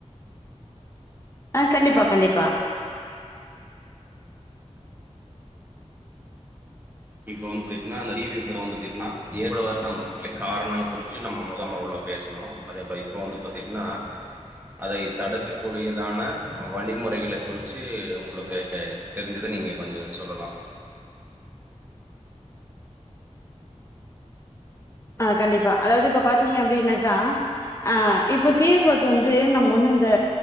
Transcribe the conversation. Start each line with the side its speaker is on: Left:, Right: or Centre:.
Left: ஆஹ் கண்டிப்பா கண்டிப்பா
Right: இப்ப வந்து பாத்தீங்கன்னா அந்த தீர்ப்பு வந்து பாத்தீங்கன்னா ஏற்பாடு வரற முக்கிய காரணம் குறிச்சு நம்ம முத முறவுல பேசணும் அதே இப்ப வந்து பாத்தீங்கன்னா அதை தடுக்கக்கூடியதான வழிமுறைகளை குறிச்சு உங்களுக்கு தெரிஞ்சத நீங்க கொஞ்சம் சொல்லலாம்
Left: அஹ் கண்டிப்பா அதாவது இப்ப பாத்தீங்க அப்படின்னாக்கா ஆஹ் இப்ப தீ விபத்து வந்து நம்ம வந்து இந்த